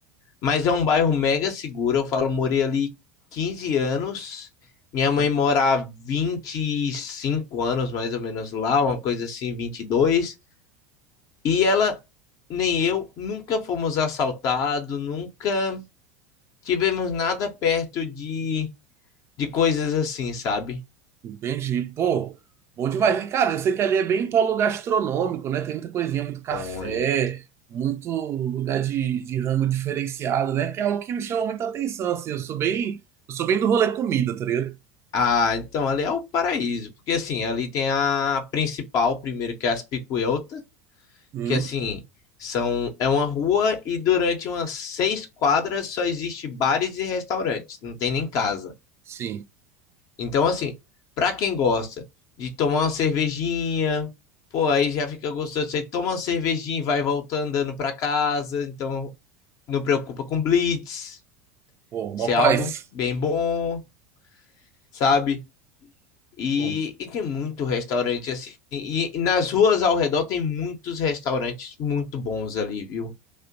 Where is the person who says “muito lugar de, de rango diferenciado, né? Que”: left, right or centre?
Right